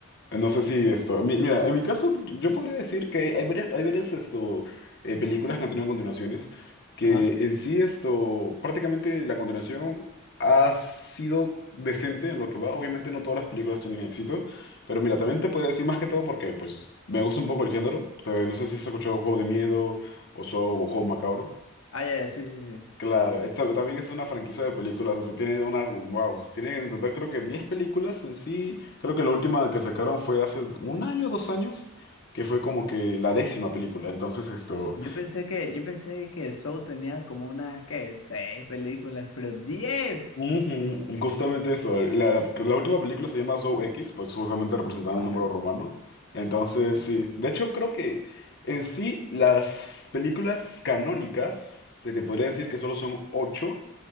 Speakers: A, on the left; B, on the left.
A: Eh, No sé si esto. mi- mira, en mi caso, yo podría decir que hay, hay varias, hay varias, esto, eh, películas que han tenido continuaciones, que
B: Ajá.
A: en sí esto, prácticamente la continuación ha sido decente en lo que va. Obviamente no todas las películas tienen éxito, pero mira, también te podría decir más que todo porque pues me gusta un poco el género. Te- no sé si has escuchado Juego de Miedo o Saw o Juego Macabro.
B: Ah, ya, ya, sí, sí, sí.
A: Claro, esta también es una franquicia de películas, o sea, tiene una, wow, tiene en total creo que 10 películas en sí, creo que la última que sacaron fue hace un año, dos años, que fue como que la décima película, entonces esto,
B: Yo pensé que, yo pensé que Saw tenía como unas, ¿qué? Seis películas, pero diez.
A: ujú, justamente eso, la, la- la última película se llama Zoe X, pues justamente representando
B: Wow.
A: el número romano, entonces
B: ¿Eh?
A: sí, de hecho creo que en sí las películas canónicas, se le podría decir que solo son ocho,